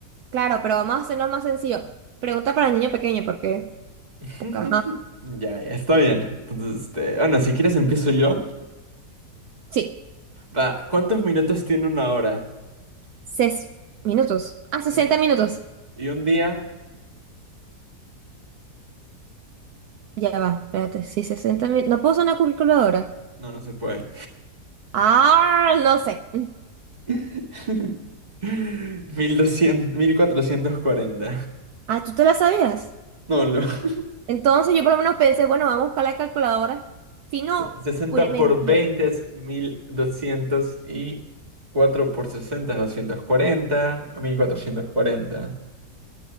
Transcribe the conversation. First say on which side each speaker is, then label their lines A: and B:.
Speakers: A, on the right (about 70°); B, on the right (about 25°).
A: Claro, pero vamos a hacerlo más sencillo. Pregunta para el niño pequeño, porque...
B: <laughs>
A: porque, Ajá.
B: Ya, ya, está bien. Entonces, este, bueno, si quieres empiezo yo.
A: Sí,
B: Va, ¿cuántos minutos tiene una hora?
A: seis minutos. Ah, 60
B: Sí.
A: minutos.
B: ¿Y un día?
A: Ya va, espérate. Sí, 60 minutos. ¿No puedo usar una calculadora?
B: No, no se puede.
A: Ah, no sé.
B: <laughs> mil mil doscientos mil cuatrocientos cuarenta
A: Ah, ¿tú te la sabías?
B: No, lo. <laughs>
A: Entonces yo por lo menos pensé, bueno, vamos a buscar la calculadora. Si no,
B: Se- 60
A: hubiera mentido.
B: por 20 es 1200 y 4 por 60 es doscientos cuarenta, mil cuatrocientos cuarenta